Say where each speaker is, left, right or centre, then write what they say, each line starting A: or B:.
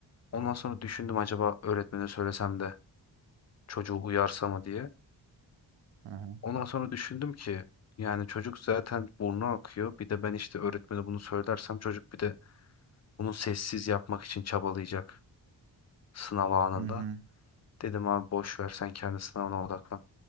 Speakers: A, on the left; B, on the right.
A: Ondan sonra düşündüm acaba öğretmene söylesem de çocuğu uyarsa mı diye.
B: Hı hı.
A: Ondan sonra düşündüm ki yani çocuk zaten burnu akıyor. Bir de ben işte öğretmene bunu söylersem çocuk bir de bunu sessiz yapmak için çabalayacak sınav anında.
B: Hı hı.
A: Dedim abi boş ver sen kendi sınavına odaklan.